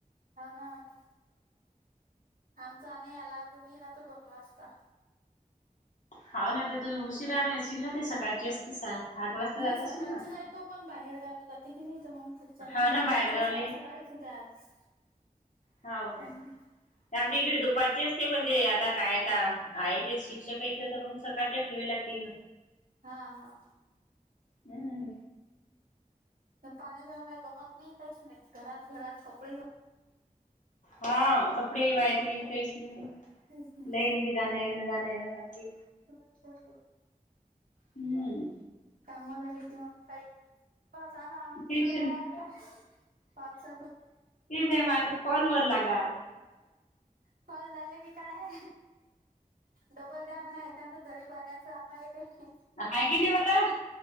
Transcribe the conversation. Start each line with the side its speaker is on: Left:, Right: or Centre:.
Right: हाव ना हाव ना आमचा नाही आला अजून येईन आता दोन वाजता.
Left: हाव ना तर तुम्ही उशिरा ना असशील ना ते सकाळची असते आठ वाजता
Right: नाही
Left: जात
Right: सकाळची
Left: असशील ना
Right: जाय तो पण बाहेर गावला जाते की नाही तर मग त्याच्यानं
Left: हाव
Right: हे
Left: ना
Right: गावातल्या
Left: बाहेरगावले
Right: शाळा सकाळीच होत्या आज.
Left: हाव काय
Right: हम्म
Left: आमच्या इकडे दुपारची असते पण ते आता काय का आहे ते शिक्षक यायचं तर मग सकाळच्या ठेवे लागतील
Right: हा हा
Left: हम्म
Right: त्या पाण्याच्यानं काही गमत नाही काहीच नाही घरात घरात कपडे
Left: हा कपडे वाळत नाही काहीच नाही
Right: काहीच नाही
Left: लाईन बी जाणं येणं जाणं येणं करते
Right: सुरूच ठेवते.
Left: हम्म
Right: काम झाले की मग काही बस आराम दुसरं
Left: टेन्शन
Right: काय
Left: तेच
Right: आता पावसाचं
Left: आहे मग आता कॉल वर लागा
Right: कॉल झाले की काय डबल द्या म्हणा एखादं जळी पाण्याचं आम्हाला काही
Left: हाय की नाही बरं